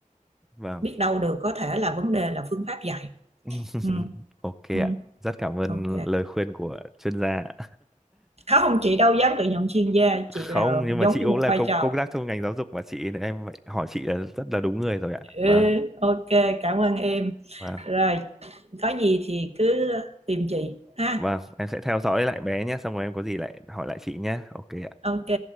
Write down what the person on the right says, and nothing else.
biết đâu được có thể là vấn đề là phương pháp dạy
ừ,
ừ,
ok
không chị đâu dám tự nhận chuyên gia
chị
là
giống
như
một
vai
trò
ừ,
ok cảm ơn em
rồi có gì thì cứ tìm chị ha
ok